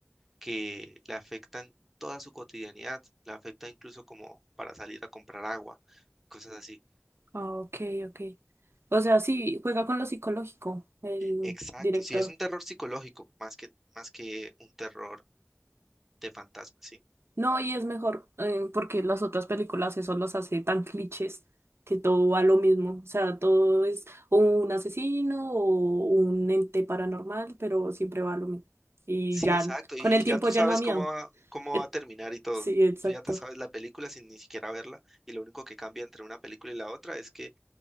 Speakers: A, in the centre; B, on the right (about 80°).
A: que le afecta en toda su cotidianidad, le afecta incluso como para salir a comprar agua, cosas así.
B: Ah, ok, ok. O sea, sí, juega con lo psicológico, el
A: Exacto,
B: director.
A: sí, es un terror psicológico más que, más que un terror de fantasma, ¿sí?
B: No, y es mejor, eh, porque las otras películas eso los hace tan clichés que todo va a lo mismo. O sea, todo es o un asesino o un ente paranormal, pero siempre va a lo mismo. Y
A: Sí,
B: ya,
A: exacto,
B: con
A: y
B: el tiempo
A: ya tú
B: ya
A: sabes
B: no da miedo.
A: cómo va, cómo
B: Eh,
A: va a terminar y todo.
B: Sí, exacto.
A: Tú ya te sabes la película sin ni siquiera verla y lo único que cambia entre una película y la otra es que